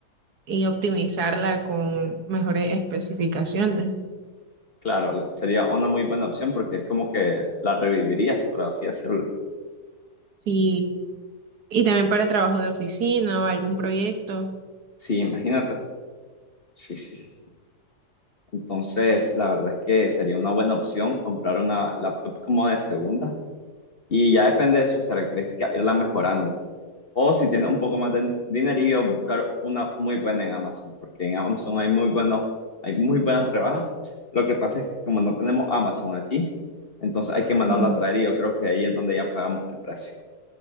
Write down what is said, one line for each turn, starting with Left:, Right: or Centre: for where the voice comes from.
Right: y optimizarla con mejores especificaciones.
Left: Claro, sería una muy buena opción porque es como que la revivirías, por así decirlo.
Right: Sí, y también para trabajo de oficina o algún proyecto.
Left: Sí, imagínate. Sí, sí, sí. sí. Entonces, la verdad es que sería una buena opción comprar una laptop como de segunda y ya depende de sus características irla mejorando. O si tienes un poco más de dinerillo, buscar una muy buena en Amazon, porque en Amazon hay muy buenos, hay muy buenas rebajas. Lo que pasa es que como no tenemos Amazon aquí, entonces hay que mandarlo
Right: Ujú.
Left: a traer y yo creo que ahí es donde ya pagamos el precio.